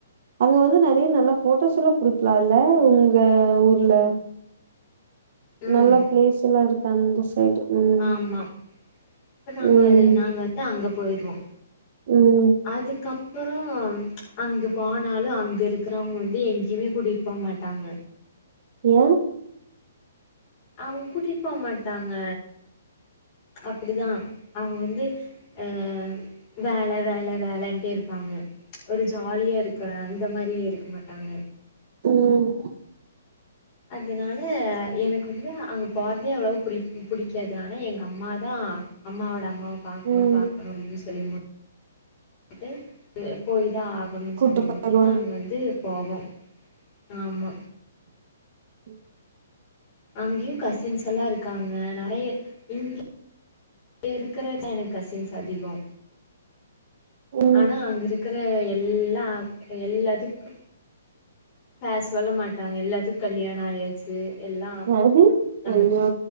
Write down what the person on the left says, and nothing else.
ம்
ஆமா அப்ப நாங்க
நாங்க வந்து அங்க போய்ருவோ
அதுக்கப் றோ அங்கு போனாலு அங்கு இருக்குறவுங்க வந்து எங்கியுமே கூட்டிட்டு போ மாட்டாங்க
அவுங்க கூட்டிட்டு போ மாட்டாங்க அப்டிதா அவுங்க வந்து அ வேல வேல வேலன்ட்டே இருப்பாங்க ஒரு ஜாலியா இருக்கலா அந்த மாரி இருக்க மாட்டாங்க
அதனால எனக்கு வந்து அங்க போறதே அவ்ளவா புடிக் புடிக்காது ஆனா எங்க அம்மாதா அம்மாவோட அம்மாவ பாக்ணு
பாக்ணு அப்டி சொல்லி <inaudible> ட்டு போய்தா ஆகணுனு
சொல்லிமுட்டு
நாங்க வந்து போவோ ஆமா
அங்கயு கசின்ஸ் எல்லா இருக்காங்க நெறைய இங்க இப்ப இருக்கிற தா எனக் கசின்ஸ் அதிகோ
ஆனா அங்க இருக்கிற எல்லா எல்லாத்துக்கு பேஸ்வல்லா மாட்டாங்க எல்லாத்துக்கு கல்யாணோ ஆயாச்சு கே எல்லா
அந்த